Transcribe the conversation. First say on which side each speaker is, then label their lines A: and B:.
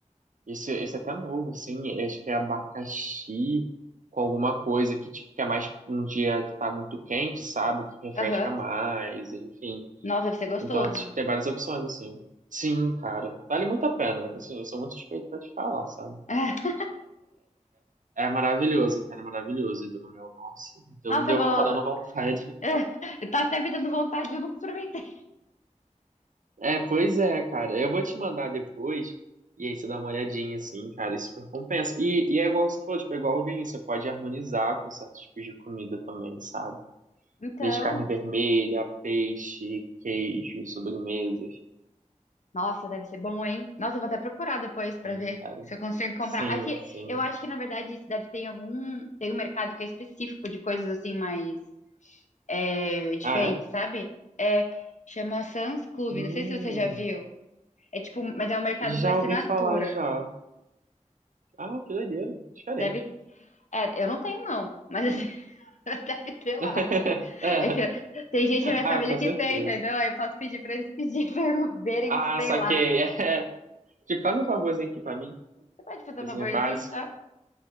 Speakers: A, on the right; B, on the left.
A: esse, esse é até novo, assim, acho que é abacaxi com alguma coisa que, tipo, que é mais um dia que tá muito quente, sabe? Que refresca
B: Aham.
A: mais, enfim.
B: Nossa, deve ser gostoso.
A: Então, tipo, tem várias opções, assim. Sim, cara. Vale muito a pena. Assim, eu sou muito suspeito pra te falar, sabe?
B: <laughs>
A: É maravilhoso, cara. É maravilhoso. E do meu, nossa. Deu,
B: Nossa,
A: deu,
B: eu vou.
A: tá dando vontade.
B: <laughs>
A: <laughs>
B: Tá até me dando vontade, eu não aproveitei.
A: É, pois é, cara. Eu vou te mandar depois. E aí você dá uma olhadinha, assim, cara. Isso super compensa. E, e é igual você falou, tipo, é igual o vinho. Você pode harmonizar com certos tipos de comida também, sabe?
B: Então,
A: Desde carne vermelha, peixe, queijo, sobremesa,
B: nossa, deve ser bom, hein? Nossa, eu vou até procurar depois pra
A: enfim,
B: ver
A: cara.
B: se eu consigo comprar.
A: Sim,
B: Aqui,
A: sim.
B: eu acho que na verdade isso deve ter em algum. Tem um mercado que é específico de coisas assim mais é, diferentes,
A: Ah,
B: sabe? É, chama Sam's Club,
A: é? Hum.
B: não sei se você já viu. É tipo, mas é um mercado por
A: Já
B: assinatura.
A: ouvi falar já. Ah, que doideira. Diferente.
B: Deve. É, eu não tenho, não, mas assim, <laughs> deve ter lá.
A: <laughs> É,
B: É que tem gente na minha
A: ah,
B: família
A: com
B: que
A: certeza.
B: tem, entendeu? Aí eu posso pedir pra eles pedir, <laughs> pra eles verem
A: Ah,
B: se tem
A: saquei.
B: lá.
A: <laughs> É. Tipo, faz um favorzinho aqui pra mim.
B: Você pode fazer
A: Coisinha
B: um favorzinho
A: básica.
B: só?